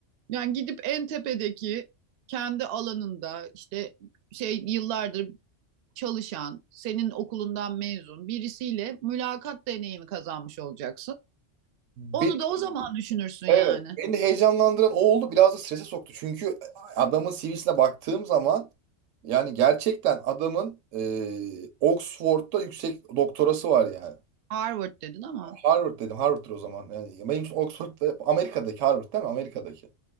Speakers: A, on the right; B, on the right.
A: Yani gidip en tepedeki kendi alanında işte şey yıllardır çalışan, senin okulundan mezun birisiyle mülakat deneyimi kazanmış olacaksın.
B: Beni,
A: Onu da o zaman düşünürsün
B: evet,
A: yani.
B: beni heyecanlandıran o oldu. Biraz da strese soktu. Çünkü adamın CV'sine baktığım zaman Yani gerçekten adamın e, Oxford'da yüksek doktorası var yani.
A: Harvard dedin ama.
B: Harvard dedim. Harvard'dır o zaman. Yani benim için Oxford'da Amerika'daki Harvard değil mi? Amerika'daki